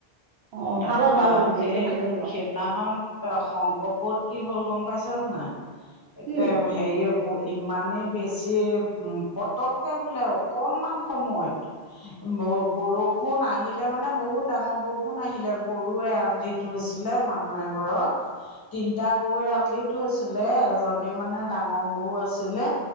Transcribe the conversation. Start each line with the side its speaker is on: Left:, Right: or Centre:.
Right: অঁ
Left: তাপা
Right: ভাল হ'ল ভাল হ'ল কৰি
Left: সে
Right: দিলে ভালেই হ'ল বাৰু
Left: সেই- সেইদিনাখন শংকৰ পুওত কি হ'ল গ'ম পাইছ ন নাই এতিয়া
Right: কি হ'ল
Left: হেৰিয়, ইমানেই বেছি পটককৈ বোলে অকণমান সময়ত ব বৰষুণ বৰষুণ আহিলে মানে বহুত ডাঙৰ বৰষুণ আহিলে গৰুৱে এৰাল দি থৈছিলে মানুহ এ ঘৰৰ এতা গৰুৱে এল দি থৈছিলে এজনী মানে ডাঙৰ গো আছিলে